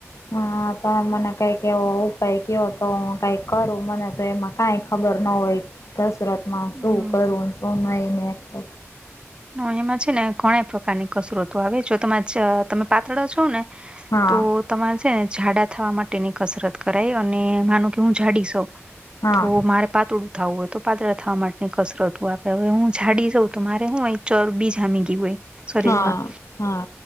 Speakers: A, on the left; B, on the right.
A: હ તો મને કઈક એ ઉપાય ક્યો તો કઈક કરું મને તો એમાં કંઈક ખબર ન હોય કસરતમાં
B: હમ
A: શું કરવુંને શું નહીં ને એમતો
B: હ એમાં છે ને ઘણા પ્રકારની કસરતો આવે જો તમા તમે પાતળો છો ને
A: હા
B: તો તમારે છે ને જાડા થવા માટેની કસરત કરાય અને માનું કે હું જાડી શઉ
A: હા
B: તો મારે પાતળું થાવ હોય તો પાતળા થવા માટેની કસરત આપે હવે હું જાડી સવ તો મારે હું અહી ચરબી જામી ગય હોય શરીરમાં
A: હા હા